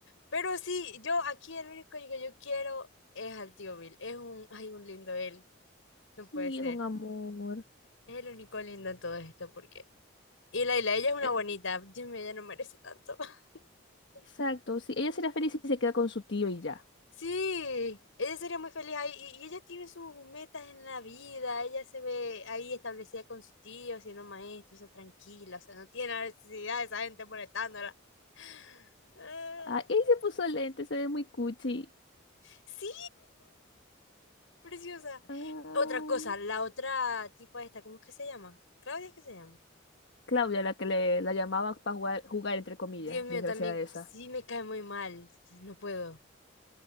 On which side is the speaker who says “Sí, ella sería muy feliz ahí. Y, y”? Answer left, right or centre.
Left